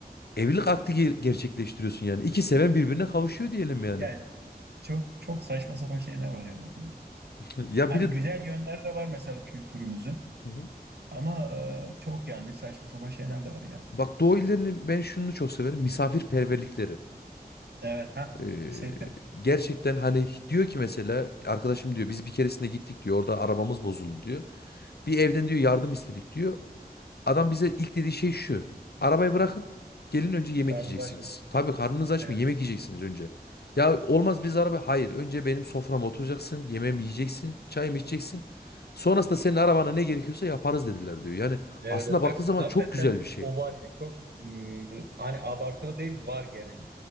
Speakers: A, on the left; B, on the right.
A: evlilik akdi ge- gerçekleştiriyorsun yani. İki seven birbirine kavuşuyor diyelim
B: <laughs>
A: yani.
B: yani çok çok saçma sapan şeyler var ya bu konuda.
A: <laughs> Ya
B: Hani
A: bir de
B: güzel yönleri de var mesela kültürümüzün
A: Hı hı.
B: ama e, çok yanlış saçma sapan şeyler de var ya.
A: bak Doğu illerinin ben şunu çok severim. Misafirperverlikleri.
B: Evet ha
A: Eee,
B: kesinlikle.
A: gerçekten hani diyor ki mesela arkadaşım diyor biz bir keresinde gittik diyor orada arabamız bozuldu diyor. Bir evden diyor yardım istedik diyor. Adam bize ilk dediği şey şu. Arabayı bırakın gelin önce yemek
B: Karnınız
A: yiyeceksiniz.
B: aç mı?
A: Tabii karnınız aç
B: Evet.
A: mı yemek yiyeceksiniz önce. Ya olmaz biz araba hayır önce benim soframa oturacaksın yemeğimi yiyeceksin çayımı içeceksin. Sonrasında senin arabana ne gerekiyorsa yaparız dediler diyor. Yani
B: Evet,
A: aslında
B: evet.
A: baktığı
B: Hak,
A: zaman
B: hakikaten
A: çok güzel bir şey.
B: o var ya çok hmm, hani abartılı değil var genel.